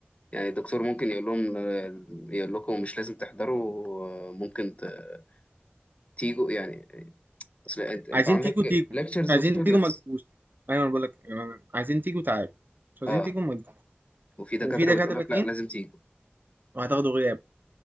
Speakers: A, on the left; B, on the right.
A: يعني الدكتور ممكن يقول لهم آه، يقول لكم مش لازم تحضروا آه، ممكن ت- تيجوا يعني أصل أنت أنت
B: عايزين
A: عندك
B: تيجوا تيجوا
A: ليكتشرز
B: مش عايزين
A: وتوتوريالز
B: تيجوا ما تجوش ايوه انا بقول لك آه، عايزين تيجوا تعالوا مش عايزين
A: أه
B: تيجوا ما تجوش
A: وفي دكاترة
B: وفي دكاترتين
A: بتقول لك لا لازم تيجوا
B: وهتاخدوا غياب